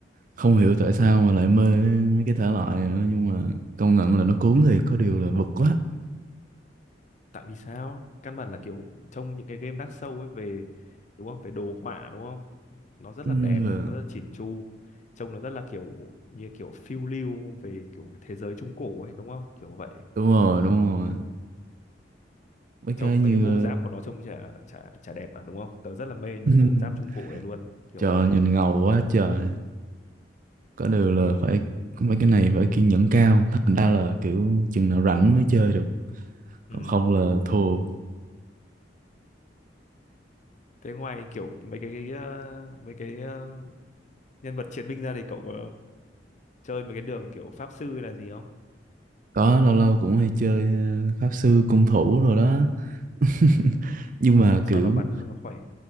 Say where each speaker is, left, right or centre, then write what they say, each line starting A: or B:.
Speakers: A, on the right; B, on the left.
A: không hiểu tại sao mà lại mê mấy cái thể loại này nữa, nhưng mà công nhận là nó cuốn thì có điều là bực quá.
B: tại vì sao căn bản là kiểu trong những cái game Dark Souls ấy về đúng không về đồ họa đúng không nó rất
A: Ừm,
B: là đẹp
A: và-
B: nó rất là chỉn chu trông nó rất là kiểu như kiểu phiêu lưu về kiểu cái thế giới trung cổ ấy đúng không kiểu vậy
A: đúng rồi, đúng rồi. Mấy
B: trông
A: cái như
B: mấy cái bộ giáp
A: ờ,
B: của nó trông chả chả chả đẹp à đúng không tớ rất là mê mấy
A: <laughs>
B: cái bộ giáp trung cổ đấy luôn kiểu
A: Trời
B: thế
A: nhìn ngầu quá trời Có điều là phải cũng mấy cái này phải kiên nhẫn cao Thành ra là kiểu chừng nào rảnh mới chơi được
B: ừ
A: Còn không là thua
B: thế ngoài kiểu mấy cái, cái ờ, mấy cái ờ, nhân vật chiến binh ra thì cậu có chơi mấy cái đường kiểu pháp sư là gì không
A: Có lâu lâu cũng hay chơi ờ, pháp sư cung thủ rồi đó <laughs>
B: ừ
A: Nhưng mà
B: để cho
A: kiểu
B: nó bắn cho nó khỏe